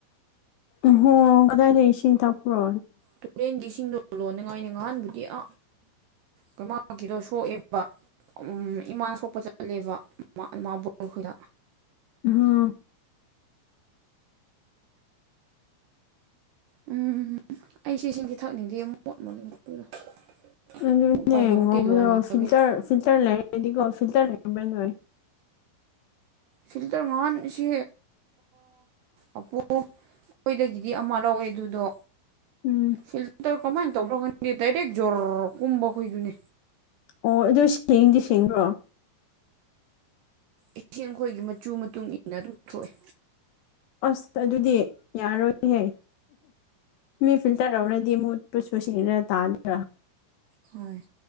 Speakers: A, on the left; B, on the right.
A: ꯎꯝ ꯍꯣ ꯀꯗꯥꯏꯗꯒꯤ ꯏꯁꯤꯡ ꯊꯛꯄ꯭ꯔꯣ
B: ꯇꯨꯔꯦꯟꯒꯤ ꯏꯁꯤꯡꯗꯣ ꯂꯣꯟꯅꯤꯡꯉꯥꯏꯅꯤ ꯉꯍꯥꯟꯕꯨꯗꯤ ꯑ ꯀꯃꯀꯤꯗꯣ ꯁꯣꯛꯑꯦꯕ <unintelligible> ꯏꯃꯥꯅ ꯁꯣꯛꯄ ꯆꯠꯂꯦꯕ ꯏꯃꯥꯕ ꯑꯩꯈꯣꯏꯗ
A: ꯎꯝ
B: ꯎꯝ ꯎ ꯎ ꯑꯩ ꯁꯤꯁꯤꯡꯁꯦ ꯊꯛꯅꯤꯡꯗꯦ ꯑꯃꯨꯛ ꯃꯣꯠ ꯃꯣꯜꯂꯦ ꯃꯨꯔꯗ <unintelligible>
A: ꯑꯗꯨꯅꯦ
B: ꯄꯥꯏꯂꯃꯗꯤꯇꯩ
A: ꯉꯧꯕꯗꯣ
B: ꯂꯣꯟꯍꯟ
A: ꯐꯤꯜꯇꯔ
B: ꯂꯒꯦ <unintelligible>
A: ꯐꯤꯜꯇꯔ ꯂꯩꯔꯒꯗꯤꯀꯣ ꯐꯤꯜꯇꯔ ꯂꯩꯔꯝꯕ ꯑꯣꯏ <unintelligible>
B: ꯐꯤꯜꯇꯔ ꯉꯍꯥꯟ ꯁꯤ ꯑꯞꯄꯨ <unintelligible> ꯑꯩꯈꯣꯏꯗꯒꯤꯗꯤ ꯑꯃ ꯂꯧꯑꯦ ꯑꯗꯨꯗꯣ
A: ꯎꯝ
B: ꯁꯤꯜꯇ ꯇ ꯀꯃꯥꯏ ꯇ꯭ꯔ ꯈꯗꯤꯗꯥꯏꯔꯦꯛ ꯖꯣꯔ ꯀꯨꯝꯕꯈꯣꯏꯗꯨꯅꯦ
A: ꯑꯣ ꯑꯗꯨ ꯁꯦꯡꯗꯤ ꯁꯦꯡꯗ꯭ꯔꯣ
B: ꯏꯁꯤꯡ ꯑꯩꯈꯣꯏꯒꯤ ꯃꯆꯨ ꯃꯇꯨꯡ ꯏꯟꯅ ꯑꯗꯨꯝ ꯊꯣꯛꯑꯦ
A: ꯑꯁ ꯑꯗꯨꯗꯤ ꯌꯥꯔꯣꯏꯍ ꯃꯤ ꯐꯤꯜꯇꯔ ꯇꯧꯔꯗꯤ ꯃꯨꯠꯄꯨꯁꯨꯁꯦꯡꯗꯔ ꯇꯥꯗ꯭ꯔꯥ
B: ꯍꯣꯏ